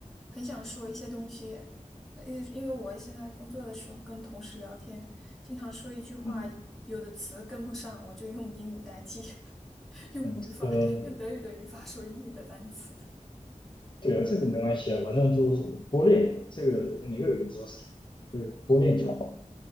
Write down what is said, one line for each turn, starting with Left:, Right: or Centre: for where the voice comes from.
Centre: 很想说一些东西，呃因因为我现在工作的时候跟同事聊天，经常说一句话，
Left: 嗯，
Centre: 有的词跟不上，我就用英语代替，<laughs> 用语法，
Left: 这个
Centre: 用德语的语法说英语的单词。
Left: 对啊，这个没关系啊，反正就是多练嘛，这个每个语言都是一样，就是多练就好了